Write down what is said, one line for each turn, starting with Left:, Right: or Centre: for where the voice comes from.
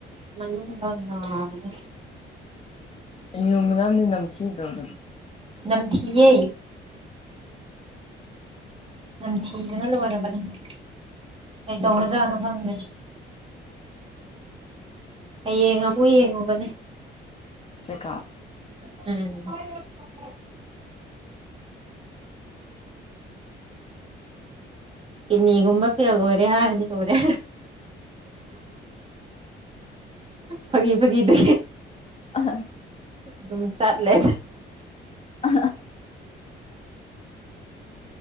Right: ꯃꯅꯨꯡꯗ ꯅꯥꯕꯗꯣ
Left: ꯌꯨꯝ ꯃꯅꯥꯝꯅ ꯅꯝꯊꯤꯕ꯭ꯔꯣ ꯑꯗꯨꯝ
Right: ꯅꯝꯊꯤꯑꯦ ꯅꯪ ꯊꯤꯗꯅ ꯂꯣꯏꯔꯕꯅꯦ ꯀꯩꯗꯧꯅꯖꯅ ꯐꯪꯗꯅꯤꯦ ꯍꯌꯦꯡ ꯑꯃ ꯑꯃꯨ ꯌꯦꯡꯉꯨꯒꯅꯤ
Left: ꯆꯀꯥ
Right: ꯎꯝ ꯀꯤꯗꯅꯤꯒꯨꯝꯕ ꯐꯦꯜ ꯑꯣꯏꯔꯦ ꯍꯥꯏꯔꯗꯤ ꯔꯦ ꯐꯛ ꯐꯒꯤꯗ
Left: ꯑ
Right: ꯑꯗꯨꯝ ꯁꯥꯠꯂꯦ
Left: ꯑ